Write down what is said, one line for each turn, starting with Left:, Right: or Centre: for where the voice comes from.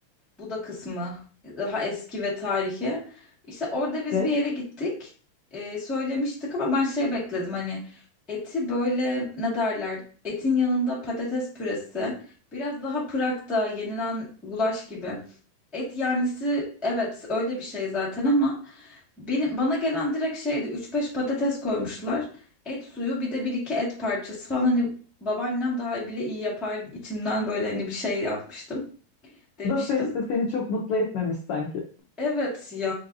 Centre: bu da kısmı daha eski ve tarihi. İşte orada biz
Left: Evet.
Centre: bir yere gittik. Ee, söylemiştik ama ben şey bekledim hani eti böyle ne derler? Etin yanında patates püresi. Biraz daha Prag'da yenilen gulaş gibi. Et yanlisi evet öyle bir şey zaten ama benim, bana gelen direkt şeydi üç beş patates koymuşlar. Et suyu bir de bir iki et parçası falan hani babaannem daha bile iyi yapar içimden böyle hani bir şey yapmıştım demiştim.
Left: Budapest'te seni çok mutlu etmemiş sanki.
Centre: Evet ya.